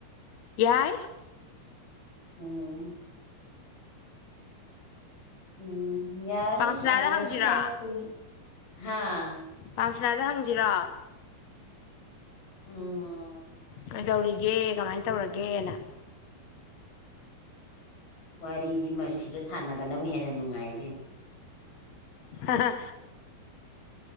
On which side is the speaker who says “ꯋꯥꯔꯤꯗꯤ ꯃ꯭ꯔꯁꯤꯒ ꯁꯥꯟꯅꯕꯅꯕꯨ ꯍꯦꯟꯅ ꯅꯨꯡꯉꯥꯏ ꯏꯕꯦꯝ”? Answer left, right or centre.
Left